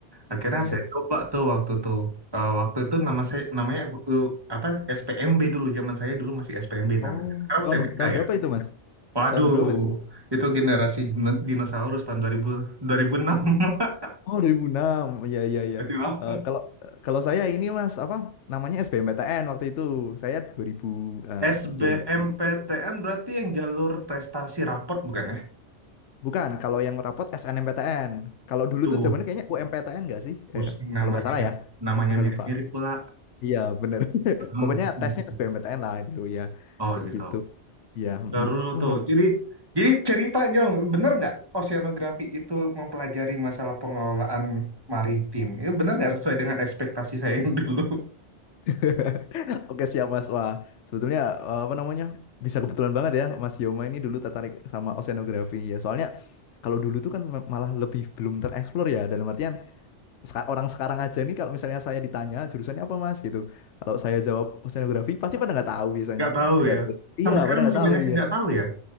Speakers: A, on the right; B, on the left.
A: Akhirnya
B: Iya.
A: saya coba tuh waktu tuh Eh, waktu itu nama saya namanya eh, apa SPMB dulu zaman saya dulu masih SPMB namanya.
B: Oh
A: Sekarang
B: tahun
A: UTBK
B: tahun
A: ya.
B: berapa itu Mas?
A: Waduh,
B: Tahun berapa itu?
A: itu generasi dino- dinosaurus tahun 2000, 2006. <laughs>
B: Oh 2006, ya ya ya.
A: Berarti lama.
B: Eh, kalau kalau saya ini Mas apa namanya SBMPTN waktu itu saya 2000 eh,
A: SBMPTN
B: 2000
A: berarti yang jalur prestasi raport bukan ya?
B: bukan kalau yang rapot SNMPTN. Kalau dulu
A: Duh,
B: tuh zamannya kayaknya UMPTN nggak sih?
A: pusing
B: Eh,
A: namanya
B: kalau nggak salah
A: gitu.
B: ya.
A: Namanya
B: Agak
A: mirip-mirip
B: lupa.
A: pula.
B: Iya bener. <laughs>
A: Hmm,
B: Pokoknya
A: pusing,
B: tesnya
A: pusing.
B: SBMPTN lah dulu ya
A: Oh
B: kayak
A: gitu.
B: gitu. Iya.
A: Seru
B: mm. Wah
A: tuh. Jadi jadi cerita dong, bener nggak oceanografi itu mempelajari masalah pengelolaan maritim? Itu bener nggak sesuai dengan ekspektasi saya yang dulu? <laughs>
B: udah. Oke siap Mas. Wah, sebetulnya eh, apa namanya? Bisa kebetulan banget ya Mas Yoma ini dulu tertarik sama oceanografi ya. Soalnya kalau dulu tuh kan me- malah lebih belum tereksplor ya dalam artian seka- orang sekarang aja nih kalau misalnya saya ditanya jurusannya apa Mas gitu. Kalau saya jawab oceanografi pasti pada nggak tahu biasanya.
A: Nggak tahu
B: Nggak
A: ya.
B: tahu. Iya,
A: Sampai sekarang
B: pada nggak
A: masih
B: tahu.
A: banyak yang
B: Iya.
A: nggak tahu ya.